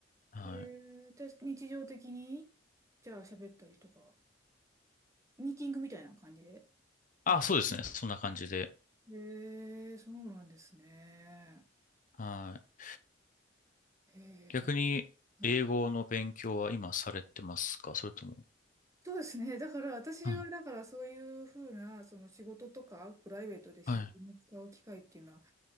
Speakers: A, on the left; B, on the right.
A: はい。
B: へえ、じゃあ日常的に、じゃあ喋ったりとか。ミーティングみたいな感じである。
A: あ、そうですね。そんな感じで。
B: えー、そうなんですね。
A: はい。
B: え
A: 逆に、
B: ー、はい。
A: 英語の勉強は今されてますかそれとも。
B: そうですね。だから私は、
A: はい。
B: だからそういうふうな、その仕事とかプライベートで自然に使う機会っていうのは
A: はい。